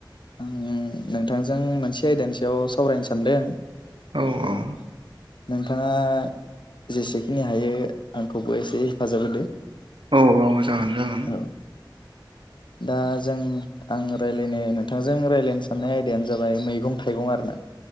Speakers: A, on the left; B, on the right.
A: आं नोंथांजों मोनसे आयदानि सायाव सावरायनो सानदों।
B: औ औ।
A: नोंथांङा जेसेखिनि हायो आंखौबो एसे हेफाजाब होदो।
B: औ औ जागोन जागोन।
A: औ दा जों आं राय लायनो नोंथांजों रायलायनो साननाय आयदायानो जाबाय मैगं थाइगं आरोना।